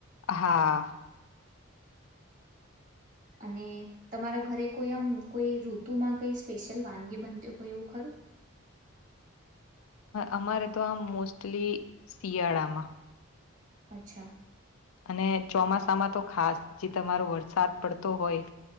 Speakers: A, on the left; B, on the right.
A: હા
B: અને તમારા ઘરે કોઈ આમ કોઈ ઋતુમાં કઈ સ્પેશિયલ વાનગી બનતી હોય એવું ખરું?
A: અમારે તો આમ મોસ્ટલી શિયાળામાં
B: અચ્છા.
A: અને ચોમાસામાં તો ખાસ જે તમારો વરસાદ પડતો હોય